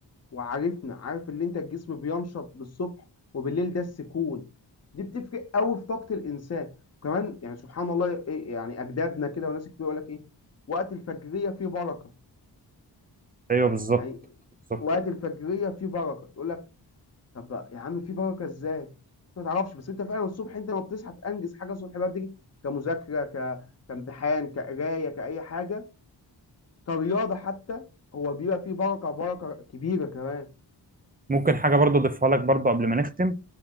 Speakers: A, on the left; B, on the right.
A: وعارفنا عارف ان انت الجسم بينشط بالصبح وبالليل ده السكون دي بتفرق قوي في طاقه الانسان وكمان يعني سبحان الله إيه يعني اجدادنا كده وناس كتير يقول لك ايه وقت الفجريه فيه بركه
B: ايوه بالظبط
A: يعني
B: بالظبط
A: وقت الفجريه فيه بركه يقول لك طب يا عم في بركه ازاي انت ما تعرفش بس انت فعلا الصبح انت ما بتصحى تنجز حاجه الصبح بدري كمذاكره ك... كامتحان كقرايه كاي حاجه كرياضه حتى هو بيبقى فيه بركه بركه كبيره كمان
B: ممكن حاجه برضه اضيفها لك برضه قبل ما نختم